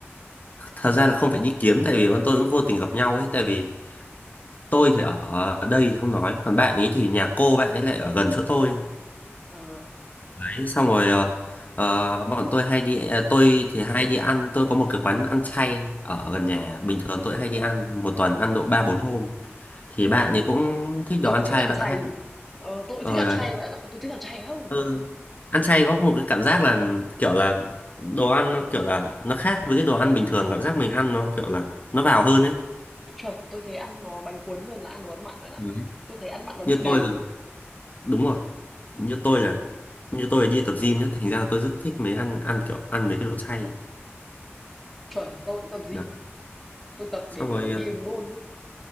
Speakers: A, on the left; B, in the centre.
A: thật ra là không phải đi kiếm tại vì bọn tôi cũng vô tình gặp nhau ấy tại vì tôi thì ở đây thì không nói còn bạn ấy thì nhà cô bạn ấy lại ở gần chỗ tôi
B: Ờ,
A: đấy xong rồi ờ, ờ, bọn tôi hay đi à, tôi thì hay đi ăn tôi có một cái quán ăn chay ở gần nhà bình thường tôi hay đi ăn một tuần ăn độ ba bốn hôm thì bạn ấy cũng thích
B: tôi
A: đồ ăn
B: thích
A: chay
B: ăn
A: bạn
B: chay.
A: hay
B: Ờ, tôi
A: ờ
B: thích ăn
A: đấy
B: chay bạn ạ, tôi thích ăn chay lắm.
A: ừ. ăn chay có một cái cảm giác là kiểu là đồ ăn nó kiểu là nó khác với cái đồ ăn bình thường cảm giác mình ăn nó kiểu là nó vào hơn ấy
B: Chuẩn, tôi thấy ăn nó bánh cuốn hơn là ăn đồ ăn mặn bạn ạ.
A: Đấy.
B: Tôi thấy ăn mặn nó bị
A: như
B: đầy.
A: tôi là đúng rồi như tôi là như tôi là đi tập gym nhá thành ra là tôi rất thích mấy ăn ăn kiểu ăn mấy cái đồ chay
B: Chuẩn, tôi tập gym,
A: Đó.
B: tôi tập
A: xong
B: để
A: rồi
B: đi hình ngôn.